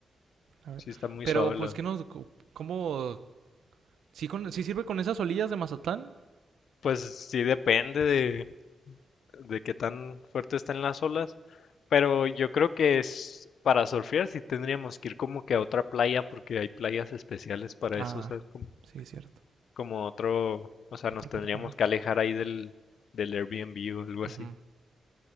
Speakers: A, on the right; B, on the left.
A: A ver.
B: sí está muy
A: Pero
B: suave,
A: pues,
B: la
A: ¿qué nos. ¿Cómo. ¿Sí, con, ¿Sí sirve con esas olillas de Mazatlán?
B: Pues sí depende de, de qué tan fuerte están las olas, pero yo creo que es para surfear sí tendríamos que ir como que a otra playa porque hay playas especiales para
A: Ah,
B: eso, o sea, es como,
A: sí, es cierto.
B: como otro, o sea,
A: Otra
B: nos tendríamos
A: parte no.
B: que alejar ahí del, del Airbnb o algo
A: Ujú.
B: así.